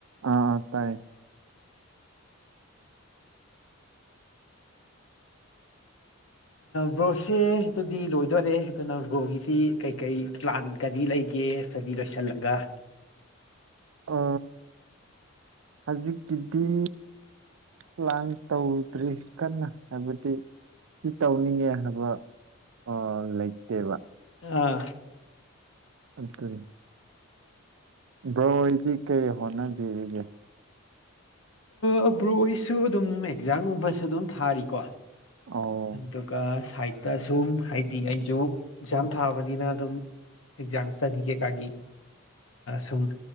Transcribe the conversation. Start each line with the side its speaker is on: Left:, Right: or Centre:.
Right: ꯑꯥ ꯑꯥ ꯇꯥꯏ
Left: ꯕ꯭ꯔꯣꯁꯦ ꯑꯗꯨꯗꯤ ꯂꯣꯏꯗꯣꯏꯣꯔꯦ ꯑꯗꯨꯅ ꯕ꯭ꯔꯣꯒꯤꯁꯤ ꯀꯩꯀꯩ ꯄ꯭ꯂꯥꯟ ꯀꯔꯤ ꯂꯩ ꯒꯤꯦ ꯁꯕꯤ ꯂꯣꯏꯁꯤꯜꯂꯒ
Right: ꯑ ꯍꯧꯖꯤꯛ ꯀꯗꯤ ꯄ꯭ꯂꯥꯟ ꯇꯧꯗ꯭ꯔꯤ ꯀꯟꯅ ꯍꯥꯏꯕꯗꯤ ꯁꯤ ꯇꯧꯅꯤꯡꯉꯦ ꯅꯕ ꯑ ꯂꯩ ꯂꯩꯇꯦꯕ
Left: ꯑꯥ
Right: ꯑꯗꯨ ꯀꯔꯦ ꯕꯣꯏꯗꯤ ꯀꯩ ꯍꯣꯠꯅꯕꯤꯔꯤꯒꯦ
Left: ꯑ ꯕ꯭ꯔꯣꯁꯨ ꯑꯗꯨꯝ ꯑꯦꯛꯖꯥꯝꯒꯨꯝꯕꯁꯨ ꯑꯗꯨꯝ ꯊꯥꯔꯤꯀꯣ
Right: ꯑꯣ
Left: ꯗꯨꯀ ꯁꯥꯏꯠꯇ ꯁꯨꯝ ꯍꯥꯏꯗꯤ ꯑꯩꯁꯨ ꯑꯦꯛꯖꯥꯝ ꯊꯥꯕꯅꯤꯅ ꯑꯗꯨꯝ ꯑꯦꯛꯖꯥꯝ ꯏꯁꯇꯗꯤ ꯀꯩꯀꯥꯒꯤ ꯁꯨꯝ